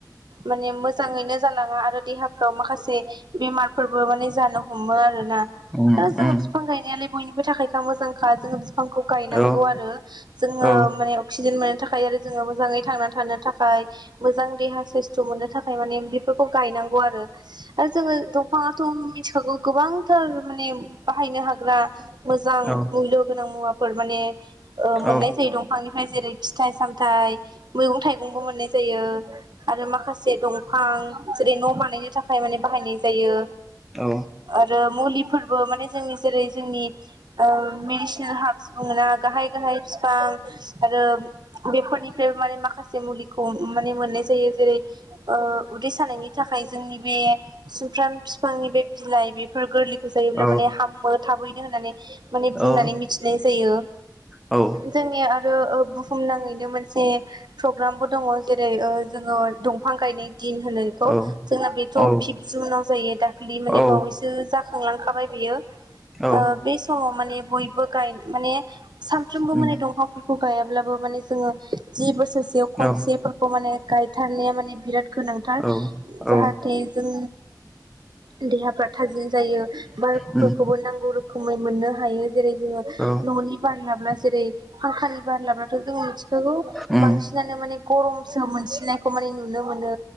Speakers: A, on the right; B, in the centre.
A: माने मोजाङैनो जालाङा आरो देहाफ्राव माखासे बेमारफोरबो मानो जानो हमो आरोना
B: उम
A: आरो जोङो
B: उम
A: बिफां गायनायालाय बयनिबो थाखायखा मोजांखा जोङो। बिफांखौ गायनांगौ
B: औ
A: आरो जोङो
B: औ
A: माने अक्सिजेन। थाखाय आरो। जोङो मोजाङै थांना थानो थाखाय। मोजां देहा साइस्थ' मोननो थाखाय माने बेफोरखौ गायनांगौ आरो। आरो जोङो दंफां। मिथिखागौ। गोबांथार माने बाहायनो हाग्रा। मोजां
B: औ
A: मुल्य गोनां मुवाफोर माने मोननाय
B: औ
A: जायो दंफांनिफ्राय जेरै फिथाइ सामथायाइ मैगं थाइगंबो मोननाय जायो। आरो माखासे दं। <inaudible> जेरै न' बानायनो थाखाय माने बाहायनाय। जायो।
B: औ।
A: आरो मुलिफोरबो माने जोंनि जेरै जोंनि मेडिसिनेल हार्बसबो मोना गाहाय गाहाय फिफां आरो बेफोरनिफ्रायबो माने माखासे मुलिखौ माने मोननाय जायो जेरै उदै सानायनि थाखाय जोंनि। <inaudible> सुमफ्राम बिफांनि बे बिलाइ बेफोर गोरलि। जायोब्ला
B: औ
A: माने हामो। थाबैनो होननानै। माने बुंनानै
B: औ
A: मिथिनाय जायो।
B: औ उम
A: जोंनि <unintelligible> <inaudible> भुमनाङैनो मोनसे प्रग्रामबो दङ जेरै। जोङो दंफां गायनाय। दिन होनो बेखौ
B: औ
A: जोंना बेथ'
B: औ
A: फिप जुनाव जायो दाखालि माने
B: औ
A: बावैसो। जाखांलांखाबाय बियो। ओ
B: औ
A: बे समाव माने। बयबो गाय माने। सानफ्रोमबो
B: उम
A: माने दंफांफोरखौ गाया। अब्लाबो माने जोङो। जि बोसोरसेयाव खनसेफोरखौ
B: औ
A: माने। गायथारनाय माने बिराद गोनांथार
B: औ
A: जाहाथे
B: औ
A: जों <unintelligible> देहा <unintelligible> थाजिम जायो बारफोरखौबो
B: उम
A: नांगौ रो खुमै मोननो हायो जेरै जोङो
B: औ
A: न'नि बार लाब्ला जेरै फांखानि बारलाब्लाथ' जों मिथिखागौ
B: उम
A: बांसिनानो माने गरमसो मोनसिनाय खौ माने नुनो मोनो